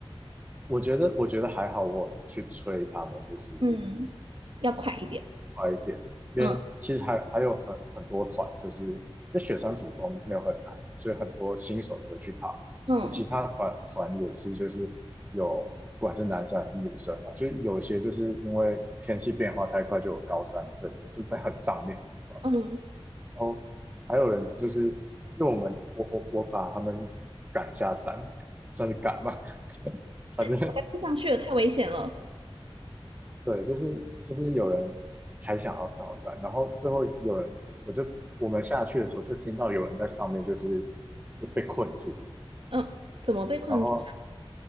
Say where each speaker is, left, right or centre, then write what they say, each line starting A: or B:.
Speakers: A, on the right; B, on the right.
A: 我觉得我觉得还好，我去催他们，就是
B: 嗯，要快一点。
A: 快一点，因为其实还还有很很多团，
B: 嗯
A: 就是那雪山主峰没有很难，所以很多新手也会去爬。
B: 嗯
A: 就其他团团也是，就是有不管是男生还是女生啊，就有些就是因为天气变化太快，就有高山症，就在很上面的地方。
B: 嗯，
A: 然后还有人就是因为我们我我我把他们赶下山，<laughs> 算是赶嘛，<laughs> 反正。
B: 我快不上去了，太危险了。
A: 对，就是就是有人还想要上山，然后最后有人，我就我们下去的时候就听到有人在上面就是就被困住了，
B: 嗯，怎么被困住？
A: 然后